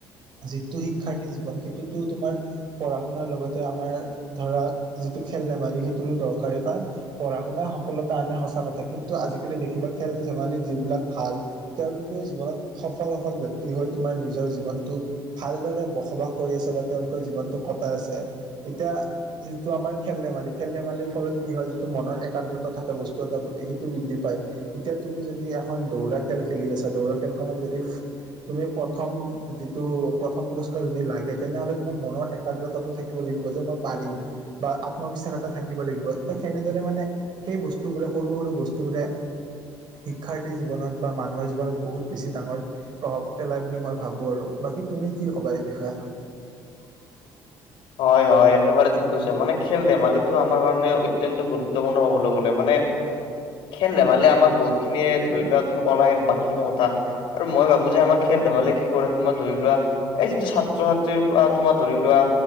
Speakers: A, on the right; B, on the left.
A: যিটো শিক্ষাৰ্থীৰ জীৱন, সেইটোতো তোমাৰ পঢ়া-শুনাৰ লগতে, আমাৰ ধৰা যিটো খেল-ধেমালি সেইটো দৰকাৰী, কাৰণ পঢ়া-শুনা সফলতা আনে সঁচা কথা, কিন্তু আজিকালি দেখিবা, খেল-ধেমালিত যিবিলাক ভাল। তেওঁলোকেও জীৱনত সফল, সফল ব্যক্তি হৈ, তোমাৰ নিজৰ জীৱনটো ভালদৰে বসবাস কৰি আছে, বা তেওঁলোকৰ জীৱনটো কটাই আছে, এতিয়া যিটো আমাৰ খেল-ধেমালি, খেল-ধেমালিৰ ফলত কি হয়, যিটো মনৰ একাগ্ৰতা থাকে, বস্তু এটাৰ প্ৰতি সেইটো বৃদ্ধি পায়। এতিয়া, তুমি যদি এখন দৌৰা খেল-খেলি আছা, দৌৰা খেলখনত যদি তুমি, প্ৰথম যিটো প্ৰথম পুৰস্কাৰ যদি লাগে, তেনেহ'লে তোমাৰ মনৰ একাগ্ৰতাটো থাকিব লাগিব, যে মই পাৰিম, বা আত্মবিশ্বাস এটা থাকিব লাগিব। ত' সেনেদৰে মানে সেই বস্তু বোৰে সৰু সৰু বস্তু বোৰে শিক্ষাৰ্থীৰ জীৱনত বা মানুহৰ জীৱনত বহুত বেছি ডাঙৰ প্ৰভাৱ পেলাই বুলি মই ভাবো আৰু বাকী তুমি কি ক'বা এই বিষয়ে <inaudible>
B: হয়, হয়! একেবাৰে ঠিক কৈছে মানে খেল ধেমালিটো আমাৰ কাৰণে অত্যন্ত গুৰুত ত্বপূৰ্ণ হ'বলৈ গলে' মানে? খেল ধেমালিয়ে আমাক বহুত খিনিয়ে ধৰি লোৱা তুমি কলাই বাকী খিনি কথা, আৰু মই ভাবো যে আমাৰ খেল ধেমালি কি কৰে তোমাৰ ধৰি লোৱা এই যিটো ছাত্ৰ ছাত্ৰীৰ পৰা, তোমা ধৰি লোৱা